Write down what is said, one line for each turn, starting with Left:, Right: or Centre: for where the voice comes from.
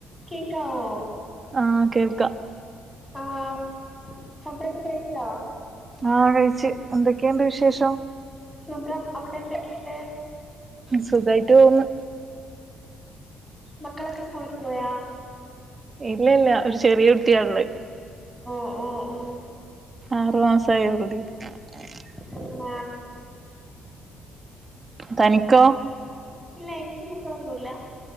Centre: കേക്കാവോ
Right: ആഹ് കേൾക്കാം
Centre: ആഹ് ഫുഡൊക്കെ കഴിച്ചോ
Right: ആഹ കഴിച്ച് എന്തൊക്കെയുണ്ട് വിശേഷം
Centre: സുഖം അവിടെ എന്തൊക്കെയുണ്ട്
Right: സുഖയിട്ട് പോകുന്ന്
Centre: മക്കളൊക്കെ സ്കൂളി പോയാ
Right: ഇല്ലില്ല ഒരു ചെറിയ കുട്ടിയ ഉള്ളെ
Centre: ഓഹ് ഓഹ് ഓഹ് ഓഹ്
Right: ആറുമാസം ആയെ ഉള്ളെടി <unintelligible>
Centre: ആണ
Right: തനിക്കോ
Centre: ഇല്ല എനിക്ക് മക്കളൊന്നുവില്ല